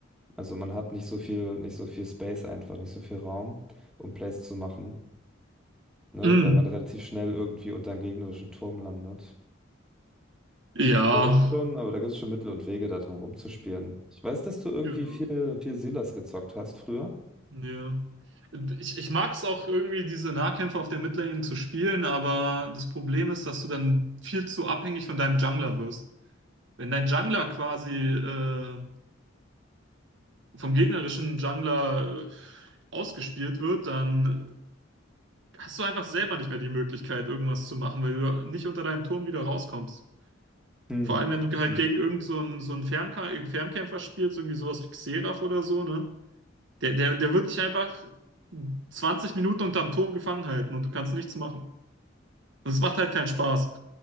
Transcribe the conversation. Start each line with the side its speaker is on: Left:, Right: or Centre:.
Centre: Also man hat nicht so viel, nicht so viel Space einfach, nicht so viel Raum, um Plays zu machen. ne,
Right: Mhm.
Centre: weil man relativ schnell irgendwie unter einem gegnerischen Turm landet.
Right: Ja.
Centre: Da gibt's schon, aber da gibt's schon Mittel und Wege, da drum rumzuspielen. Ich weiß, dass du irgendwie
Right: Genau.
Centre: viel, viel Silas gezockt hast früher.
Right: Ja. Ich, ich mag es auch irgendwie, diese Nahkämpfe auf der Midlane zu spielen, aber das Problem ist, dass du dann viel zu abhängig von deinem Jungler wirst. Wenn dein Jungler quasi äh, vom gegnerischen Jungler äh, ausgespielt wird, dann hast du einfach selber nicht mehr die Möglichkeit, irgendwas zu machen, weil du nicht unter deinem Turm wieder rauskommst.
Centre: Hm.
Right: Vor allem, wenn du halt
Centre: Hm.
Right: gegen irgend so einen, so einen Fernka- Fernkämpfer spielst, irgendwie sowas wie Xerath oder so, ne? Der, der, der wird dich einfach 20 Minuten unterm Turm gefangen halten und du kannst nichts machen. Und es macht halt keinen Spaß.